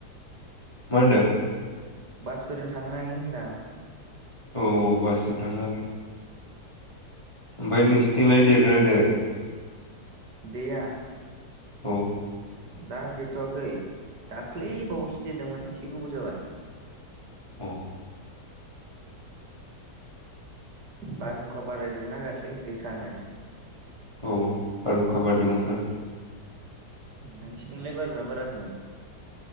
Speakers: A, on the left (about 15°); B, on the right (about 75°).
A: मा होनदों?
B: बासफोरजों थांनो हायो होनदां
A: औ औ बासजों थांनो हागोन। ओमफ्राय नोंसिथिंलाय देरगोना देराखै?
B: दैया
A: औ
B: दा देरथ'वाखै दाख्लै बावैसो देरदोंमोन एसे गोबाव जाबाय।
A: औ
B: बारहुंखा बारलायदोंमोनना दाख्लै गोसानो।
A: औ बारहुंखा बारदोंमोनथ' आरो
B: नोंसोर निलाय बारगोना बाराखैमोन?